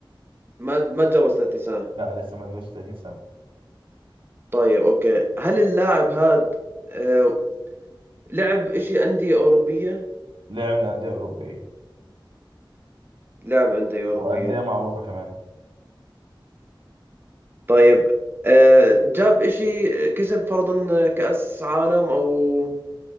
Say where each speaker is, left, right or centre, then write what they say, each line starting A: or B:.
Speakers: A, on the right; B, on the right.
A: ما ما تجاوز 30 سنة
B: لا لسه ما تجاوزش 30 سنة
A: طيب أوكي هل اللاعب هاد آه لعب إشي أندية أوروبية؟
B: لاعب لأندية أوروبية
A: لعب اندوأوروبية
B: وأندية معروفة كمان
A: طيب آه، جاب إشي كسب فرضا كأس عالم أو